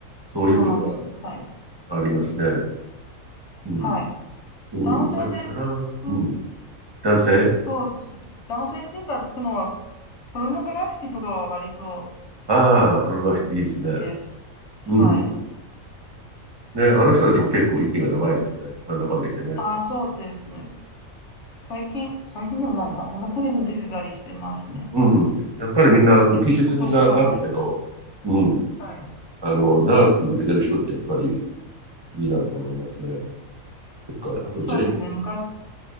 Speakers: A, on the right; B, on the left.
A: そういうことは
B: そうなんですね。はい。
A: ありますね。うん。
B: はい。
A: そういう感じかな。
B: 男性で聞く、
A: うん。男性
B: そうですね。男性シンガーで聞くのは、ポルノグラフィティとかは割と
A: ああー、プロバクティブいいですね。
B: いいです。はい。
A: うんうん。ね、あの人たちも結構息が長いですよね。なんだかんだ言ってね。
B: ああ、そうですね。最近、最近でもないか。まだテレビに出てたりしてますね。
A: うん。
B: なんか、
A: やっぱりみんな浮き沈みがあるけど、
B: 最近、半年くらい前か。
A: うん。
B: はい。
A: あの、長く続けてる人ってやっぱりいいなと思いますね。そっか。あと
B: そうですね。
A: J-POP で
B: 昔、